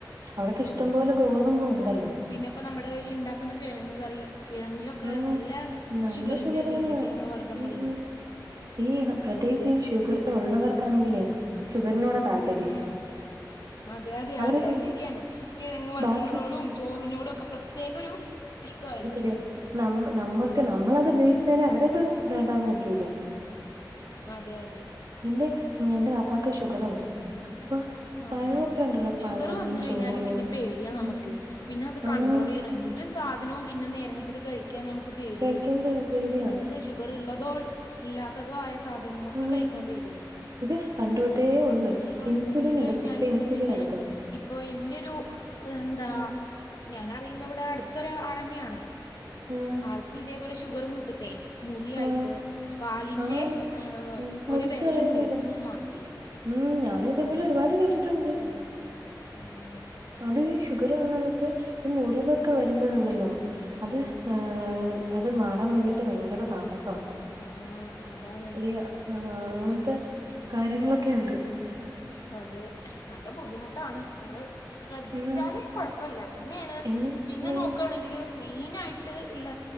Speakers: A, on the right (about 55°); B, on the left (about 60°).
A: അവർക്ക
B: ഉം.
A: ഇഷ്ടംപോലെ ഗോതമ്പൂ ഉണ്ടല്ലോ?
B: പിന്നെ പ്പോ നമ്മള് ഈ ണ്ടാക്കുന്ന കിഴങ് കറി കിഴങ്ങിലൊ ക്കെ
A: ആഹ്
B: നല്ല
A: നല്ല
B: ഷുഗറിന്റെ
A: ഷുഗറാണ്
B: ത്ണ്ട് കിഴങ്ങ് വർഗ്ഗങ്ങളില്.
A: ഉം ഈ ഹ് പ്രത്യേകിച്ചീ ഷുഗർ ഉള്ളവർക്കാണെങ്കിലേയ് ഷുഗറിനോട താല്പ
B: ഉം അതെ അതെ
A: അവര്
B: അതെ അത് ശരിയാണ്. കിഴങ്ങ് വർഗ്ഗങ്ങളോടും
A: ബാക്കി
B: ചോറിനോടൊക്കെ പ്രത്യേക ഒരു ഇഷ്ടമായിരിക്കും
A: രിയോ നമ്മ നമ്മക്ക്
B: ഉം.
A: നമ്മളത് ഉപേശിച്ചാല് അവരത് വേണ്ടാന്ന് വെയ്ക്കൂല.
B: അതെ അതെ
A: എന്റെ ഞ്ഞിന്റെ വാപ്പാക്ക് ഷുഗറുണ്ട് അപ്പൊ
B: ആഹ്
A: പഴമൊക്കെ ഉണ്ടല്ലോ
B: ഷുഗറ്
A: പഴം
B: വന്ന് കഴിഞ്ഞാല്
A: ചോറ്
B: പിന്നെ പേടിയാ നമ്മക്ക്
A: ഉം
B: പിന്നെ അത്
A: ആഹ്
B: കണ്ട്രോളിയ്യാനെയ് ഒരു സാധനവും പിന്നെ നേരങ്ങത്തില് കഴിക്കാൻ നമുക്ക് പേടിയായിരിക്കും
A: കഴിക്കാൻ പേ പേടിയാ
B: എന്ത് ഷു ഗറുള്ളതോ ഇല്ലാത്തതോ ആയ സാധ നങ്ങളൊക്കെ
A: ആഹ്
B: കഴിക്കാൻ പേടിയായിരിക്കും
A: ഇത് പണ്ട് തൊട്ടേ ഉണ്ട്
B: അത്
A: ഇൻസുലിൻ
B: ത്
A: എടു
B: കഴിഞ്ഞാല്
A: ഇപ്പൊ ഇൻസുലിൻ
B: പിന്നെ
A: എടുക്കുന്നെ
B: ഇപ്പോ ഇൻന്റെരു എന്താ
A: ഉം
B: ഞാനറിയുന്ന വ്ടെ അടുത്തൊരാ ആൾ തന്നെയാണ്.
A: ആഹ്
B: ആൾക്ക് ഇതേപോലെ ഷുഗർ മൂത്തിട്ടെയ് മുറിയായിട്ട്
A: ആഹ്
B: കാലിന്റെ
A: ആഹ്
B: ഏ
A: ഉം മുറിച്ച്
B: ഒരു വെരല്
A: കളയേണ്ടി
B: മുറിച്ചങ്ങ്
A: വരും
B: മാറ്റി.
A: ഉം ഞാനും ഇതേപോലെ ഒരുപാട് കേട്ടിട്ടുണ്ട്.
B: ആ ആ ആഹ്
A: അത് ഈ ഷുഗറ് വന്ന ആൾക്ക് ഈ മുറിവൊക്കെ വരുമ്പോഴുണ്ടല്ലോ അത് ഏ അത് മാറാൻ വേണ്ടിട്ട് ഭയങ്കര താമസ
B: ആ അതാണേ
A: ഒര് ആ അങ്ങനത്തെ കാര്യങ്ങളൊക്കെണ്ട്
B: അതെ നല്ല ബുദ്ധിമുട്ടാണ് നമ്മള് ശ്രദ്ധിച്ചാല്
A: ഉം
B: കൊഴപ്പല്ല പിന്നെയാണ്
A: എൻ
B: പിന്നെ
A: ആഹ്
B: നോക്കുകയാണെങ്കില് മെയിനായിട്ട് ള്ള